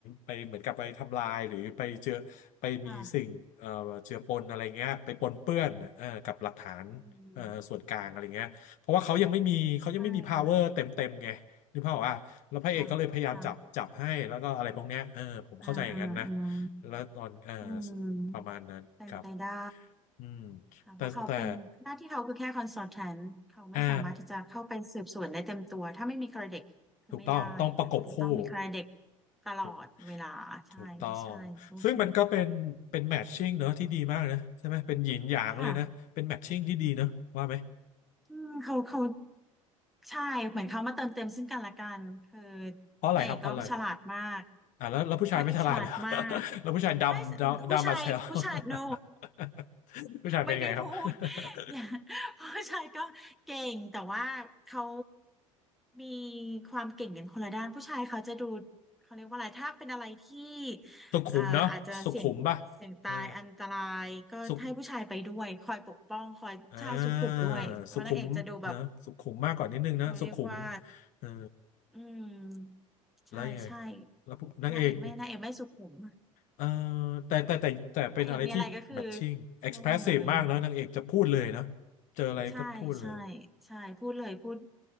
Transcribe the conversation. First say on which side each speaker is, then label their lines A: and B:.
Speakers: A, on the left; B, in the centre.
A: ไปเหมือนกับไปทำลายหรือไปเจือไปมีสิ่งเอ่อเจือปนอะไรเงี้ยไปปนเปื้อนเอ่อกับหลักฐานเอ่อส่วนกลางอะไรเงี้ยเพราะว่าเขายังไม่มีเขายังไม่มี
B: ค่ะอืมใช่ค่ะ
A: power เต็มเต็มไง นึกภาพออกอ่ะแล้วพระเอกก็เลยพยายามจับจับให้แล้วก็อะไรพวกเนี้ยเออผมเข้าใจอย่างนั้นนะ
B: ค่ะค่ะอ่าอ่าอืม
A: แล้วตอนเออ
B: อืมเป็นไปได้
A: ประมาณนั้นครับอืม
B: ค่ะว่าะเขาเป็นหน้าที่เขาคือแค่คอนซ
A: แต่แต่
B: l t แ n นเขาไม่สามารถที่จะเข้าไปสืบสวนได้เต็มตัวถ้าไม่มีค
A: อ่า
B: r เด็ t คือไม่ได้ก็คือจะต้องมีค
A: ถูกต้องต้องประกบคู่
B: r เด็ t ตลอดเวลาใช่ใช่โอเค
A: ถูกถูกต้องซึ่งมันก็เป็นเป็นแมทชิ่งเนอะที่ดีมากนะใช่ไหมเป็นหยินหยางเลยนะเป็นแมทชิ่งที่ดีเนอะว่าไหม
B: ค่ะอืมเขาเขาใช่เหมือนเขามาเติมเต็มซึ่งกันและกันคือ
A: เพราะอะไรครับเพราะอะไร
B: นายเอกก็ฉลาดมาก
A: อ่าแล้วแล้วผู้ชายไม่ฉลาดเลย
B: นางเอกฉลาดมาก
A: <laughs> แล้วผู้ชายดำดำดำมาเซล
B: ไม่ผู้ชายผู้ชาย
A: <laughs>
B: no
A: ผู้ชายเป็นไงครับ
B: ไม่ได้พูด <laughs>
A: <laughs>
B: เนี่ยเพราะชายก็เก่งแต่ว่าเขามีความเก่งกันคนละด้านผู้ชายเขาจะดูเขาเรียกว่าอะไรถ้าเป็นอะไรที่
A: สุขุมเนาะสุขุมป่ะเออ
B: อ่าอาจจะเสี่ยงเสี่ยงตายอันตรายก็ให้ผู้ชายไปด้วยคอยปกป้องคอยชายสุขุมด้วยเพราะนางเอกจะดูแบบ
A: สุขอ่าสุขุมนะสุขุมมากกว่านิดนึงนะสุขุม
B: เขาเรียกว่า
A: เออ
B: อืมใช่ใช่
A: แล้วยังไงแล้วพวกนางเอก
B: นางเอกไม่นางเอกไม่สุขุม
A: เออแต่แต่แต่แต่เป็นอะไรที่แมทชิ่ง
B: นางเอกมีอะไรก็คือ
A: expressive
B: โล่งเลย
A: มากนะนางเอกจะพูดเลยนะเจออะไรก็พูดเลย
B: ใช่ใช่ใช่พูดเลยพูด